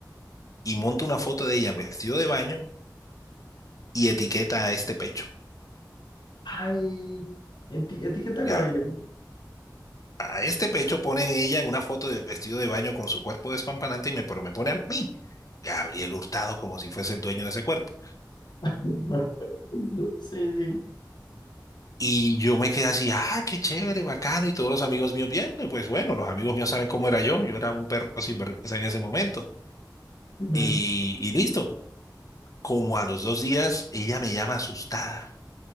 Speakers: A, on the left; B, on the left.
A: y monta una foto de ella en vestido de baño y etiqueta a este pecho.
B: Ay, eti- etiqueta
A: Ya,
B: Gabriel.
A: a este pecho pone ella en una foto de vestido de baño con su cuerpo despampanante y me, pero me pone a mí, Gabriel Hurtado, como si fuese el dueño de ese cuerpo.
B: <laughs> Sí, sí.
A: Y yo me quedé así, ah, qué chévere, bacano, y todos los amigos míos viendo, y pues bueno, los amigos míos saben cómo era yo, yo era un perro sinvergüenza en ese momento.
B: <laughs>
A: Y, y listo, como a los dos días, ella me llama asustada.